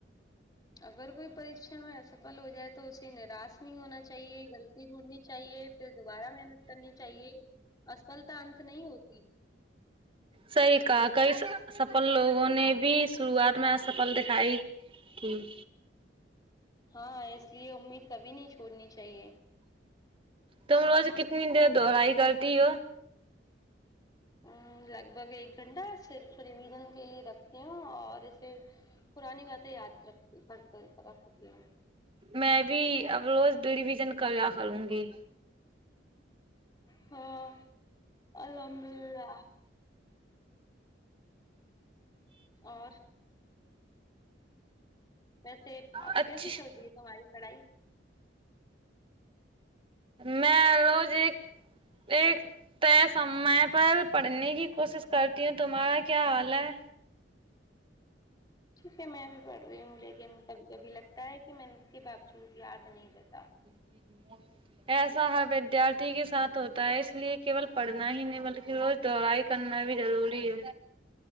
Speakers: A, on the left (about 20°); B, on the right (about 30°).
A: اگر کوئی پریچھا میں اسفل ہو جائے تو اسے نراش نہیں ہونا چاہیے غلطی ڈھونڈنی چاہیے پھر دوبارہ محنت کرنی چاہیے اسپلتا انت نہیں ہوتی
B: صحیح کہا کئی س سفل لوگوں نے بھی شروعات میں ا سفل دکھائی ٹھیک
A: ہاں اس لیے امید کبھی نہیں چھوڑنی چاہیے
B: تم روز کتنی دیر دوہرائی کرتی ہو
A: ہوں لگ بھگ ایک گھنٹہ صرف ریویژن کے لیے رکھتی ہوں اور اسے پرانی باتیں یاد رکتے رکھتی رکھتی ہوں
B: میں بھی اب روز ریویزن کرلیا کروں گی
A: ہاں الحمد اللہ اور ویسے اب
B: اچھا
A: کیسے چلتی ہے تمہاری پڑھائی
B: میں روز ایک ایک طے سمے پر پڑھنے کی کوشش کرتی ہوں تمہارا کیا حال ہے
A: ٹھیک ہے میں بھی پڑھ رہی ہوں لیکن کبھی کبھی لگتا ہے کہ میں اس کے باوجود یاد نہیں رہتا
B: <inaudible> ایسا ہر ودیارتھی کے ساتھ ہوتا ہے اس لیے کیول پڑھنا ہی نہیں بلکہ روز دوڑائی کرنا بھی ضروری ہے